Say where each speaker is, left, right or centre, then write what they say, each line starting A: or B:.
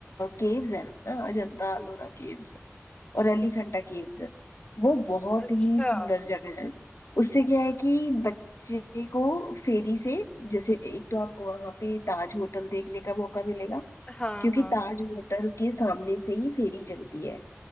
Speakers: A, on the left; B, on the left.
A: केव्स है ना अजंता
B: हम्म,
A: एलोरा केव्स और एलिफेंटा
B: हम्म,
A: केव्स वो बहुत
B: अच्छा
A: ही सुंदर जगह है उससे क्या है कि बच्चे को फेरी से जैसे एक तो आपको वहां पे ताज होटल देखने का मौका मिलेगा
B: हाँ,
A: क्योंकि
B: हाँ।
A: ताज होटल के सामने से ही फेरी चलती है